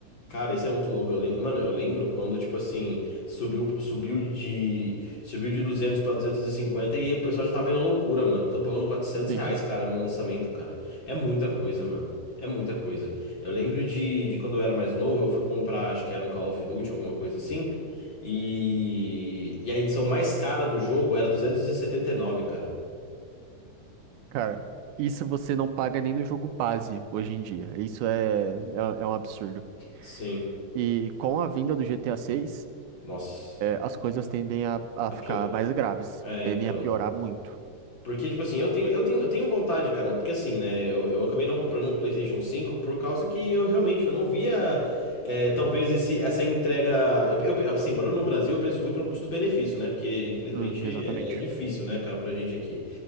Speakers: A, on the left; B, on the right.
A: Cara, isso é muito louco. Eu lem- Mano, eu lembro quando, tipo assim, subiu, subiu de. Subiu de 200 pra duzentos e cinquenta e o pessoal já tava indo à loucura, mano. Tão pagando quatrocentos
B: Sim,
A: reais, cara, no lançamento, cara. É muita coisa, mano. É muita coisa. Eu lembro de, de quando eu era mais novo, eu fui comprar, acho que era um Call of Duty, alguma coisa assim. E. E a edição mais cara do jogo era 279 cara.
B: cara. Isso você não paga nem no jogo base hoje em dia. Isso é, é, é um absurdo.
A: Sim.
B: E com a vinda do GTA 6,
A: Nossa.
B: as coisas tendem a, a
A: A
B: ficar
A: pior.
B: mais graves.
A: É,
B: Tendem
A: então.
B: a piorar muito.
A: Porque, tipo assim, eu tenho, eu tenho, eu tenho vontade, cara, porque assim, né, eu, eu acabei não comprando um PlayStation cinco por causa que eu realmente eu não via, é, talvez, esse, essa entrega. Eu, eu- assim, morando no Brasil, eu penso muito no custo-benefício, né? Porque, infelizmente,
B: Hum, exatamente.
A: é difícil, né, cara, pra gente aqui.